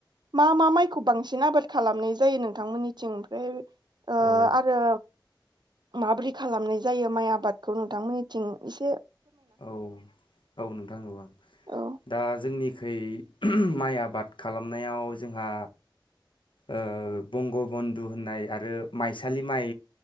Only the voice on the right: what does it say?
मा मा माइखौ बांसिन आबाद खालामनाय जायो नों थांमोननिथिं फ्राय
आरो। माबोरै खालामनाय जायो माइ आबादखौ नोंथांमोननिथिं इसे।
औ